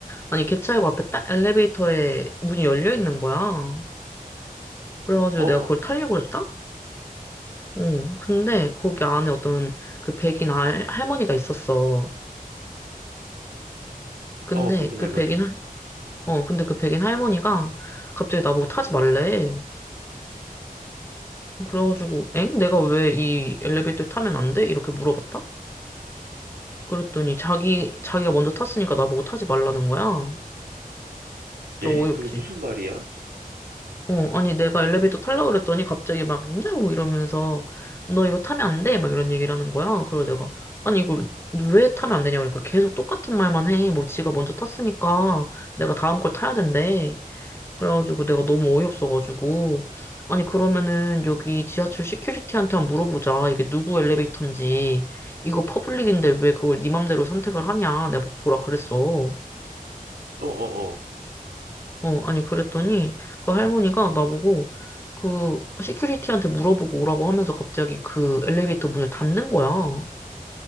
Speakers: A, on the left; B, on the right.
A: 아니, 개찰구 앞에 딱 엘리베이터에 문이 열려 있는 거야. 그래가지고
B: 어, 어,
A: 내가 그걸 타려고 그랬다? 응. 근데 거기 안에 어떤 그 백인 할, 할머니가 있었어. 근데
B: 어, 백인
A: 그
B: 할머니.
A: 백인, 할- 어, 근데 그 백인 할머니가 갑자기 나보고 타지 말래. 그래가지고, 엥? 내가 왜 이 엘리베이터 타면 안 돼? 이렇게 물어봤다? 그랬더니 자기, 자기가 먼저 탔으니까 나보고 타지 말라는 거야. 저
B: 에?
A: 어이없지.
B: 그게 무슨 말이야?
A: 어, 아니 내가 엘리베이터 타려고 그랬더니 갑자기 막, 야우! 이러면서 너 이거 타면 안 돼? 막 이런 얘기를 하는 거야. 그래서 내가, 아니 이걸 왜 타면 안 되냐? 그러니까 계속 똑같은 말만 해. 뭐 지가 먼저 탔으니까 내가 다음 걸 타야 된대. 그래가지고 내가 너무 어이없어가지고. 아니, 그러면은 여기 지하철 시큐리티한테 한번 물어보자. 이게 누구 엘리베이터인지. 이거 퍼블릭인데 왜 그걸 네 맘대로 선택을 하냐. 내가 막 뭐라 그랬어.
B: 어, 어, 어.
A: 어, 아니, 그랬더니 그 할머니가 나보고 그 시큐리티한테 물어보고 오라고 하면서 갑자기 그 엘리베이터 문을 닫는 거야.